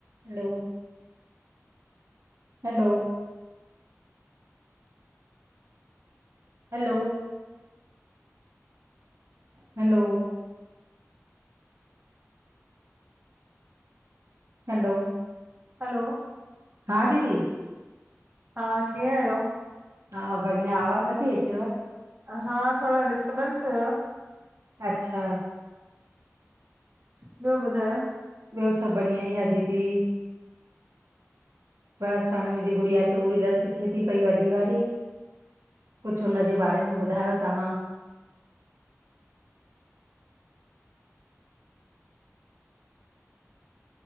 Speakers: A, on the right; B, on the right.
A: हलो hello hello hello hello
B: hello
A: हा दीदी
B: हा कींअ आहियो
A: हा बढिया आवाज नथी अचेव।
B: हा थोड़ो डिस्टबेन्स हो
A: अच्छा
B: ॿियो ॿुधायो
A: ॿियो सभु बढया आहे दीदी बस हाणे मुंहिंजी गुड़िया टू व्हीलर सिखे थी पई वॾी वारी कुछ हुनजे बारे में ॿुधायो तव्हां।
B: <inaudible>